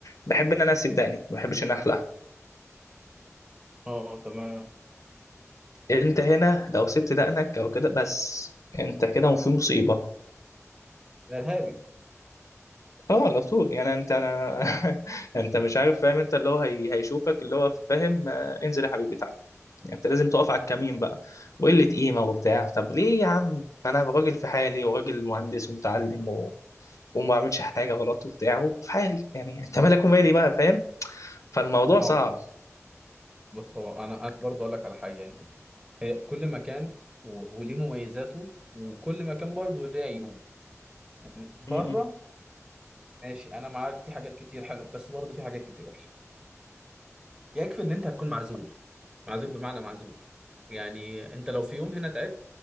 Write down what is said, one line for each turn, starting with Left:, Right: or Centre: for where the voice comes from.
Left: بحب ان انا اسيب دقني ما بحبش ان أنا احلقها
Right: اه تمام
Left: انت هنا لو سبت دقنك او كده بس انت كده وفي مصيبه
Right: ارهابي
Left: اه على طول يعني انت انا <laughs> انت مش عارف فاهم انت اللي هو هي... هيشوفك اللي هو فاهم آه، انزل يا حبيبي تعالى يعني انت لازم تقف على الكمين بقى وقله قيمه وبتاع طب ليه يا عم انا راجل في حالي وراجل مهندس ومتعلم وما بعملش حاجه غلط وبتاع وفي حالي يعني انت مالك ومالي بقى فاهم فالموضوع صعب
Right: اه اه بص هو انا انا برضه اقول لك على حاجه يعني هي كل مكان و... وليه مميزاته وكل مكان برضه ليه عيوب يعني بره
Left: م-م.
Right: ماشي انا معاك في حاجات كتير حلوه بس برضه في حاجات كتير وحشه يكفي ان انت هتكون معزول معزول بمعنى معزول يعني انت لو في يوم هنا تعبت